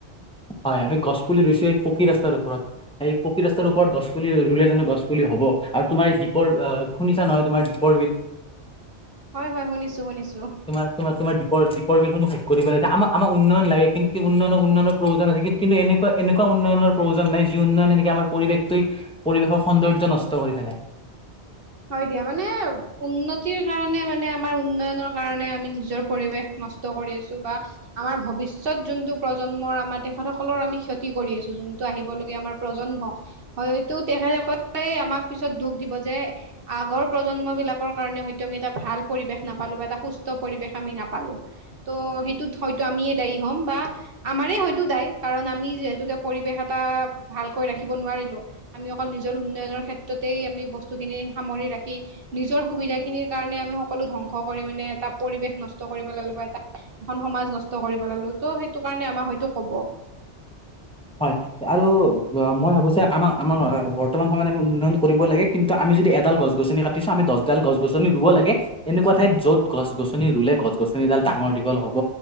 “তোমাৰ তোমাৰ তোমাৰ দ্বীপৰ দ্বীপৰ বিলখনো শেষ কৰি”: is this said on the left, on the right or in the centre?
Centre